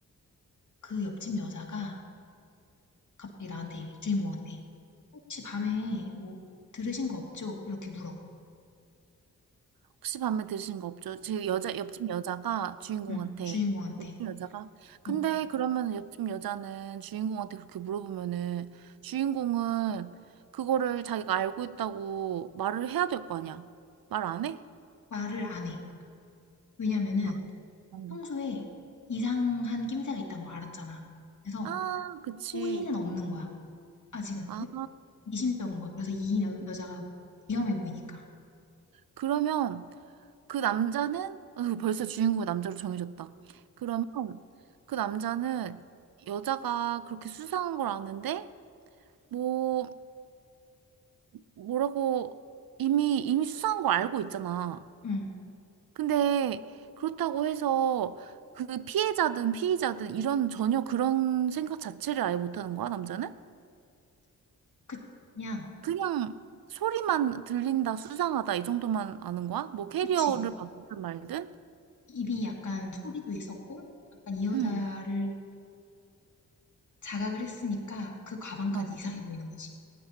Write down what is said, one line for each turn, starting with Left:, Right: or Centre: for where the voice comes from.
Left: 그 옆집 여자가 갑자기 나한테 이래, 주인공한테. 혹시 밤에 뭐 들으신 거 없죠? 이렇게 물어. 어,
Right: 혹시 밤에 들으신 거 없죠? 제 여자 옆집 여자가 주인공한테
Left: 응, 주인공한테.
Right: 옆집 여자가 근데
Left: 어,
Right: 그러면 옆집 여자는 주인공한테 그렇게 물어보면은 주인공은 그거를 자기가 알고 있다고 말을 해야 될 거 아니야? 말 안 해?
Left: 말을 안 해. 왜냐면은
Right: 아, 어.
Left: 평소에 이상한 낌새가 있다는 걸 알았잖아. 그래서
Right: 아, 그치.
Left: 호의는 없는 거야. 아직은.
Right: 아,
Left: 미심쩍은 거야. 그래서 이 여- 여자가 위험해 보이니까.
Right: 그러면 그 남자는 어, 벌써 주인공이 남자로 정해졌다. 그러면 그 남자는 여자가 그렇게 수상한 걸 아는데 뭐 뭐라고 이미 이미 수사한 거 알고 있잖아.
Left: 응,
Right: 근데 그렇다고 해서 그 피해자든 피의자든 이런 전혀 그런 생각 자체를 아예 못하는 거야, 남자는?
Left: 그치. 그냥,
Right: 그냥 소리만 들린다, 수상하다 이 정도만 아는 거야? 뭐 캐리어를
Left: 그치.
Right: 받든 말든?
Left: 입이 약간 소리도 있었고, 약간 이 여자를
Right: 응
Left: 자각을 했으니까 그 가방까지
Right: 어,
Left: 이상해 보이는 거지.